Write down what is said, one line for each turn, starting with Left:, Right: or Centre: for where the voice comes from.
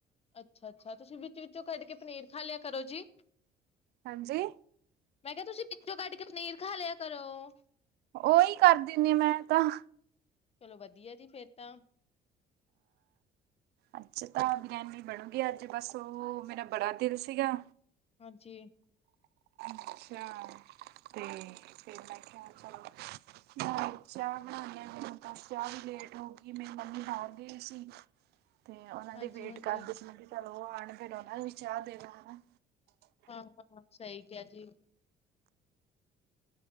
Left: ਅੱਛਾ ਅੱਛਾ ਤੁਸੀਂ ਵਿੱਚ ਵਿਚੋ ਕੱਢ ਕੇ ਪਨੀਰ ਖਾ ਲਿਆ ਕਰੋ ਜੀ
Right: ਹਾਂਜੀ
Left: ਮੈਂ ਕਿਹਾ ਤੁਸੀਂ ਪਿੱੋਂ ਕੱਢ ਕੇ ਪਨੀਰ ਖਾ ਲਿਆ ਕਰਰੋਂ
Right: ਉਹੀ ਕਰ ਦਿੰਨ ਮੈਂ ਤਾਂ
Left: ਚਲੋ ਵਧੀਆ ਜੀ ਫੇਰ ਤਾਂ
Right: ਅੱਛਾ ਤਾਂ ਬਰਿਆਨੀ ਬਣੂਗੀ ਅੱਜ ਬਸ ਉਹ ਮੇਰਾ ਬੜਾ ਦਿਲ ਸੀਗਾ
Left: ਹਾਂਜੀ
Right: ਅੱਛਾ ਤੇ ਫਿਰ ਮੈਂ ਕਿਹਾ ਚਲੋ ਆਹੋ ਚਾਹ ਬਣਾਈ ਆ ਮੈਨੂੰ ਤਾਂੱਸ ਚਾਹ ਵੀ ਲੇਟ ਹੋ ਗਈ ਮੇਰੀ ਮੰਮੀ ਬਾਹਰ ਗਏ ਸੀ ਤੇ ਉਹਨਾਂ
Left: ਹਾਂਜੀ
Right: ਦੀ ਵੇਟ
Left: ਹਾਂਜੀ
Right: ਕਰਦੇ ਸੀ ਮ ਚਲ ਉਹ ਆਉਣ ਫਿਰ ਉਹਨਾਂ ਨੂੰ ਵੀ ਚਾਹ ਦੇਣਾ ਹਨਾ
Left: ਹਾਂ ਹਾਂ ਸਹੀ ਕਿਹਾ ਜੀ